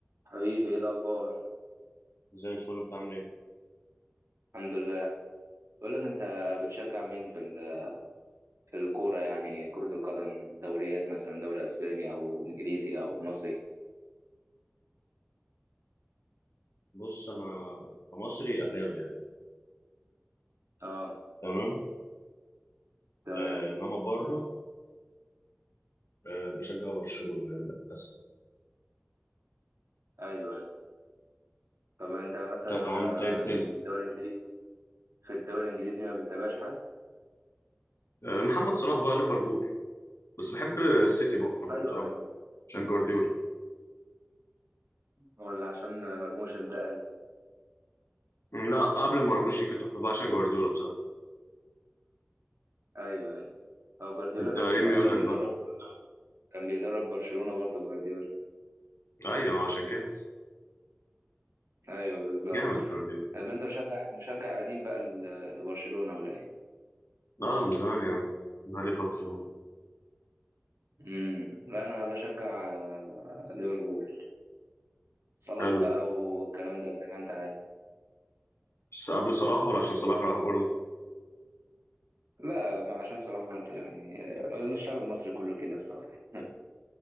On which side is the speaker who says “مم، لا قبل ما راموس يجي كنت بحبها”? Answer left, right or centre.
Left